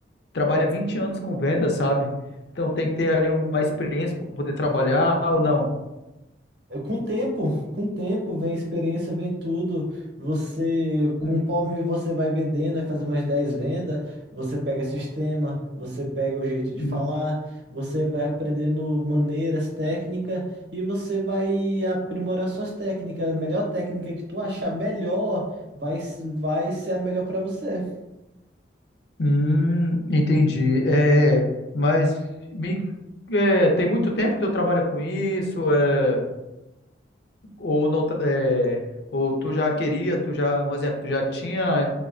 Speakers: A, on the left; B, on the right.
A: trabalha 20 anos com venda, sabe? Então tem que ter ali um, uma experiência para poder trabalhar ou não.
B: É, Com o tempo, com o tempo, vem experiência, vem tudo. Você, conforme
A: Uhum,
B: você vai vendendo, vai fazer umas 10 vendas, você pega sistema, você pega o jeito de
A: uhum.
B: falar, você vai aprendendo maneiras, técnica, e você vai aprimorar suas técnicas. A melhor técnica que tu achar melhor vai, s- vai ser a melhor para você.
A: Hum, entendi. É, mas me- é, tem muito tempo que tu trabalha com isso, é, ou não, tra- é, ou tu já queria, tu já, um exemplo, tu já tinha,